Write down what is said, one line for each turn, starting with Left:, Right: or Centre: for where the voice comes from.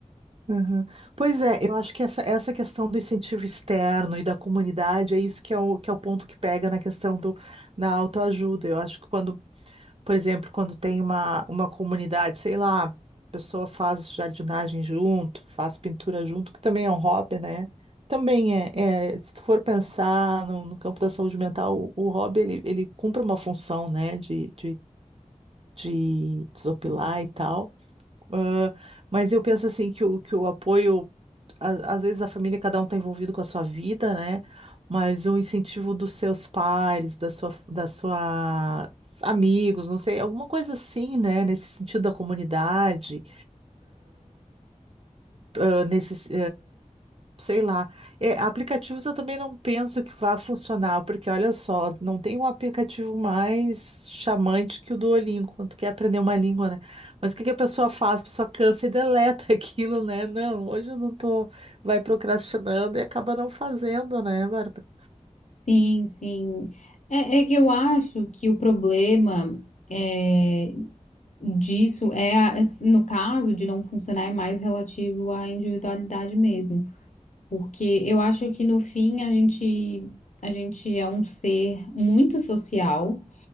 Right: Aham. Pois é, eu acho que essa, essa questão do incentivo externo e da comunidade é isso que é o, que é o ponto que pega na questão do, da autoajuda. Eu acho que quando, por exemplo, quando tem uma, uma comunidade, sei lá, a pessoa faz jardinagem junto, faz pintura junto, que também é um hobby, né? Também é, é, se tu for pensar no, no campo da saúde mental, o, o hobby ele, ele cumpre uma função, né, de de desopilar e tal. Ah, mas eu penso assim que o, que o apoio, a- às vezes a família, cada um está envolvido com a sua vida, né? Mas o incentivo dos seus pares, da sua, da sua amigos, não sei, alguma coisa assim, né? Nesse sentido da comunidade, ah, nesse, sei lá. É, aplicativos eu também não penso que vá funcionar, porque olha só, não tem um aplicativo mais chamante que o Duolingo, quando tu quer aprender uma língua, né? Mas o que que a pessoa faz? A pessoa cansa e deleta <laughs> aquilo, né? Não, hoje eu não tô, vai procrastinando e acaba não fazendo, né, Bárbara?
Left: Sim, sim. É, é que eu acho que o problema é, disso é, a- es- no caso de não funcionar, é mais relativo à individualidade mesmo. Porque eu acho que no fim a gente, a gente é um ser muito social.